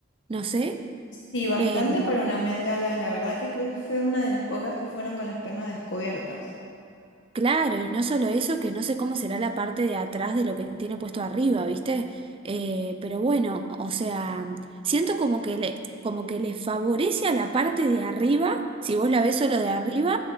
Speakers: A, on the right (about 30°); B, on the left (about 65°).
A: no sé.
B: Sí, bastante
A: Eh,
B: para una Met Gala, la verdad que creo que fue una de las pocas que fueron con las piernas descubiertas.
A: Claro, y no solo eso, que no sé cómo será la parte de atrás de lo que tiene puesto arriba, ¿viste? Eh, pero bueno, o sea, siento como que le, como que le favorece a la parte de arriba, si vos la ves solo de arriba,